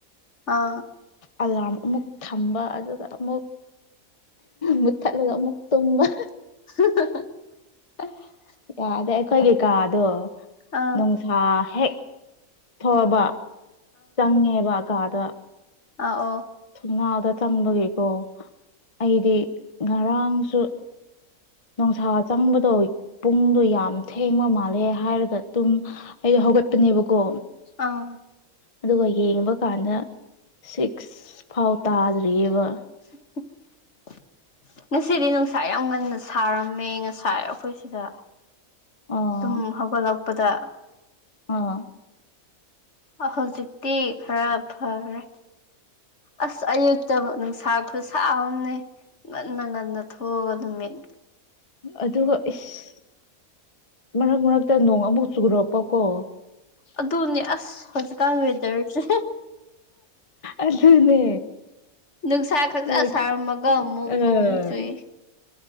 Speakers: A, on the left; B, on the left.
A: ꯑꯥ
B: ꯑꯂꯥꯔꯝ ꯑꯃꯨꯛ ꯊꯝꯕ ꯑꯗꯨꯒꯥ ꯑꯃꯨꯛ ꯃꯨꯠꯊꯠꯂꯒꯥ ꯑꯃꯨꯛ ꯇꯨꯝꯕ
A: <unintelligible>
B: ꯌꯥꯗꯦ ꯑꯩꯈꯣꯏꯒꯤꯀꯥꯗꯣ
A: ꯑꯥ ꯑꯥ
B: ꯅꯨꯡꯁꯥ ꯍꯦꯛ ꯊꯣꯛꯑꯕ ꯆꯪꯉꯦꯕ ꯀꯥꯗ
A: ꯑꯥ ꯑꯣ
B: ꯊꯣꯡꯅꯥꯎꯗ ꯆꯪꯕꯒꯤꯀꯣ ꯑꯩꯗꯤ ꯉꯔꯥꯡꯁꯨ ꯅꯨꯡꯁꯥ ꯆꯪꯕꯗꯣ ꯄꯨꯡꯗꯣ ꯌꯥꯝ ꯊꯦꯡꯕ ꯃꯥꯜꯂꯦ ꯍꯥꯏꯔꯒ ꯇꯨꯝ ꯑꯩ ꯍꯧꯒꯠꯄꯅꯦꯕꯀꯣ
A: ꯑ
B: ꯑꯗꯨꯒ ꯌꯦꯡꯕ ꯀꯥꯟꯗ ꯁꯤꯛꯁ ꯐꯥꯎ ꯇꯥꯗ꯭ꯔꯤꯑꯦꯕ
A: <inaudible> ꯉꯁꯤꯗꯤ ꯅꯨꯡꯁꯥ ꯌꯥꯝ ꯉꯟꯅ ꯁꯥꯔꯝꯃꯦ ꯉꯁꯥꯏ ꯑꯩꯈꯣꯏ ꯁꯤꯗ
B: ꯑꯥ
A: ꯇꯨꯝ ꯍꯧꯒꯠꯂꯛꯄꯗ
B: ꯑꯥ
A: ꯑ ꯍꯧꯖꯤꯛꯇꯤ ꯈꯔ ꯐꯈꯔꯦ ꯑꯁ ꯑꯌꯨꯛꯇꯣ ꯅꯨꯡꯁꯥ ꯈꯨꯠꯁꯥ ꯑꯃꯅꯦ ꯉꯟꯅ ꯉꯟꯅ ꯊꯣꯛꯑꯒ ꯅꯨꯃꯤꯠ
B: ꯑꯗꯨꯒ ꯏꯁ ꯃꯔꯛ ꯃꯔꯛꯇ ꯅꯣꯡ ꯑꯃꯨꯛ ꯆꯨꯔꯛꯄꯀꯣ
A: ꯑꯗꯨꯅꯦ ꯑꯁ ꯍꯧꯖꯤꯛꯀꯥꯟ ꯋꯦꯗꯔꯁꯦ
B: ꯑꯗꯨꯅꯦ
A: ꯅꯨꯡꯁꯥ ꯈꯪꯁꯥ
B: ꯃꯣꯏ
A: ꯁꯥꯔꯝꯃꯒ ꯑꯃꯨꯛ
B: ꯑꯥ
A: ꯅꯣꯡ ꯑꯃꯨꯛ ꯆꯨꯏ